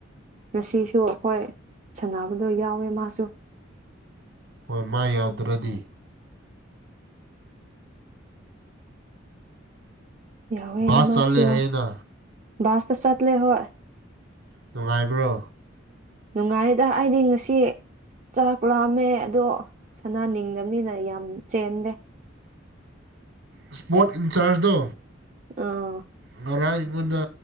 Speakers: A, on the right; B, on the right.
A: ꯉꯁꯤꯁꯨ ꯑꯩꯈꯣꯏ ꯁꯅꯥꯅꯕꯗꯣ ꯌꯥꯎꯋꯦ ꯃꯥꯁꯨ
B: ꯍꯣꯏ ꯃꯥ ꯌꯥꯎꯗ꯭ꯔꯗꯤ
A: ꯌꯥꯎꯦ
B: ꯕꯥꯁ
A: ꯃꯥꯁꯤ
B: ꯆꯠꯂꯦ
A: ꯌꯣ
B: ꯍꯥꯏꯌꯦꯅ
A: ꯁ ꯇ ꯆꯠ ꯂꯩꯦ ꯍꯣ
B: ꯅꯨꯡꯉꯥꯏꯕ꯭ꯔꯣ
A: ꯅꯨꯡꯉꯥꯏꯔꯤꯗ ꯑꯩꯗꯤ ꯉꯁꯤ ꯆꯥꯛ ꯂꯥꯑꯝꯃꯦ ꯑꯗꯣ ꯁꯅꯥ ꯅꯤꯡꯗꯕꯅꯤꯅ ꯌꯥꯝ ꯆꯦꯟꯗꯦ
B: ꯏꯁ꯭ꯄꯣꯔꯠ ꯏꯟꯆꯥꯔꯖꯗꯣ
A: ꯑꯥ
B: ꯉꯔꯥꯡ ꯑꯩꯉꯣꯟꯗ